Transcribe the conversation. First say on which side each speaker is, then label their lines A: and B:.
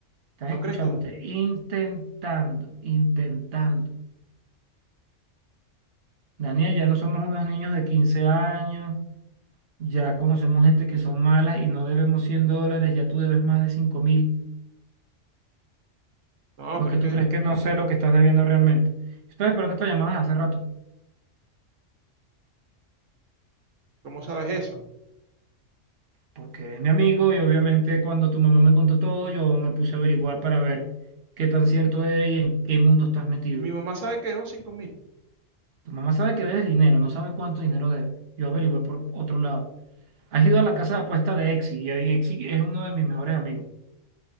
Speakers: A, on the right; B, on the right.
A: Estás
B: ¿No
A: escuchándote,
B: crees tú?
A: intentando, intentando. Daniel, ya no somos unos niños de 15 años, ya conocemos gente que son malas y no debemos 100 dólares, ya tú debes más de cinco mil.
B: No,
A: ¿O
B: pero
A: es que
B: es
A: tú
B: que,
A: crees que no sé lo que estás debiendo realmente? Estoy esperando esta llamada desde hace rato.
B: ¿cómo sabes eso?
A: porque eres mi amigo y obviamente cuando tu mamá me contó todo, yo me puse a averiguar para ver qué tan cierto es y en qué mundo estás metido.
B: Y mi mamá sabe que debo 5 mil.
A: Tu mamá sabe que debes dinero, no sabe cuánto dinero debes. Yo averigüé por otro lado. Has ido a la casa de apuesta de Exi y ahí Exi es uno de mis mejores amigos.